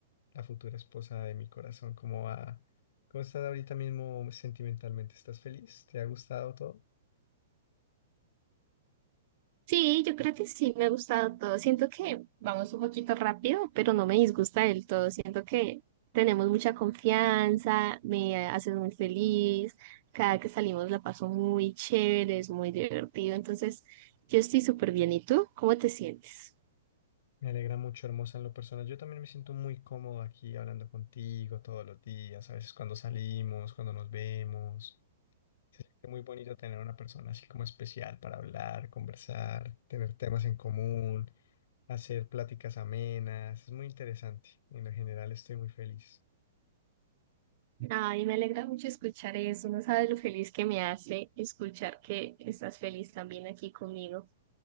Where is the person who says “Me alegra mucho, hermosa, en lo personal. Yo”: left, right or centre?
Left